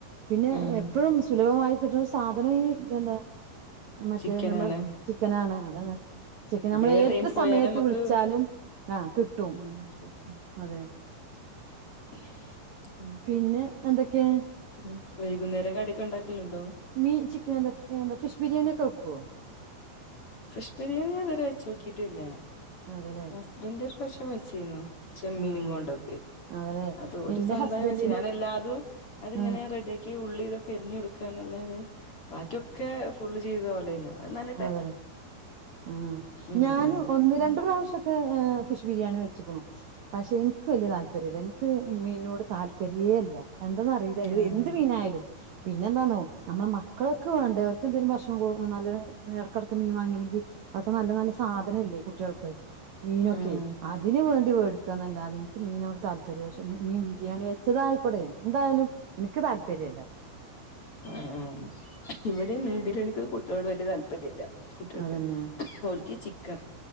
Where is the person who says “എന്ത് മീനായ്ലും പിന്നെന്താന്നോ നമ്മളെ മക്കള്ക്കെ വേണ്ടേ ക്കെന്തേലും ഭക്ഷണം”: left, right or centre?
Right